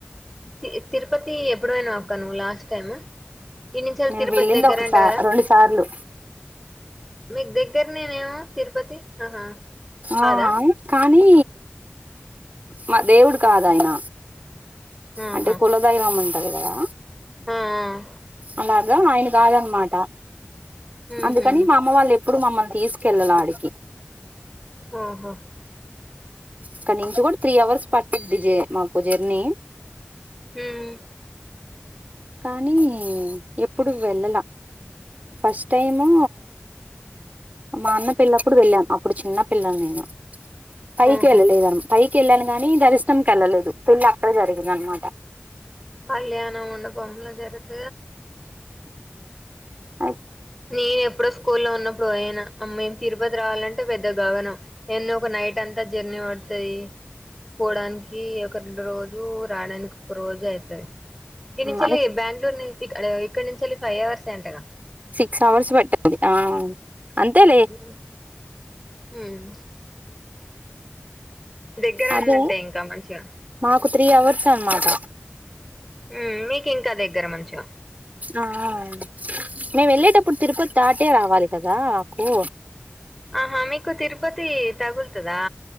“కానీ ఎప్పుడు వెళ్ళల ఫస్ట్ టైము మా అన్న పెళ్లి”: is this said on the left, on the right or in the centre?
Right